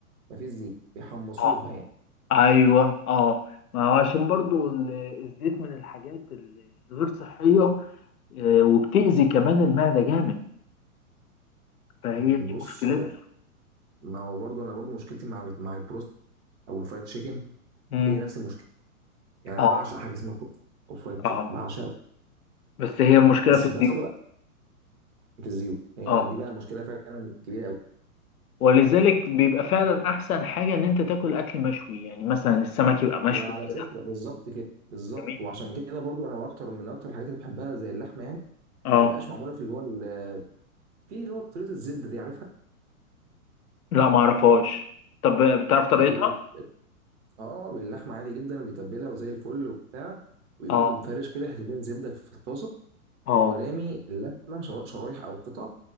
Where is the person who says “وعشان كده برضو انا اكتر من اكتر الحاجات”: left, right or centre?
Right